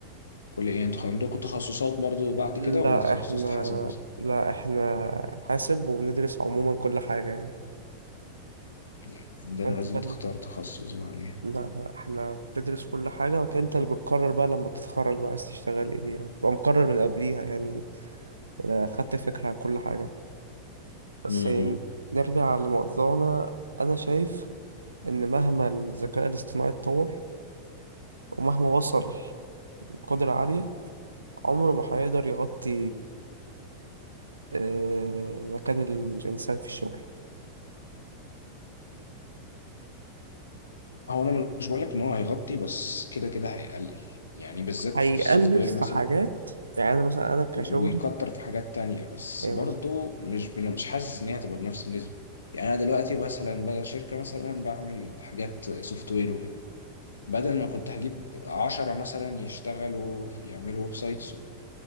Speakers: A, on the left; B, on the right.
A: الكليه يعني انتوا عندكم تخصصات برضو بعد
B: لا
A: كده ولا تخصصت
B: احنا
A: حاسب بس
B: لا احنا حاسب وبندرس عموما كل حاجة يعني
A: لا، عندنا
B: وانت
A: لازم
B: بقى اللي-
A: تختار تخصص بعد يعني
B: لا احنا بتدرس كل حاجة وكان انت اللي بتقرر بقى لما تتخرج بقى عايز تشتغل ايه يعني بتبقى مقرر من قبليها يعني ولا خدت فكرة عن كل حاجة بس
A: امم.
B: يعني نرجع لموضوعنا انا شايف ان مهما الذكاء الاصطناعي اتطور ومهما وصل لقدرة عالية عمره ما هيقدر يغطي آه، مكان الإنسان في الشغل
A: هو انا مش بقول لك ان هو هيغطي بس كده كده هيقلل يعني بالذات
B: هيقلل
A: في السوفت وير
B: في
A: مثلا
B: حاجات يعني انا مثلا انا كشغلي
A: ويكتر في حاجات تانية بس
B: يعني
A: برضو
B: بص
A: مش بن... مش حاسس ان هي هتبقى بنفس النسبه يعني انا دلوقتي مثلا بقى شركه مثلا بعمل حاجات سوفت وير وكده بدل ما كنت هجيب عشرة مثلا يشتغلوا يعملوا ويب سايتس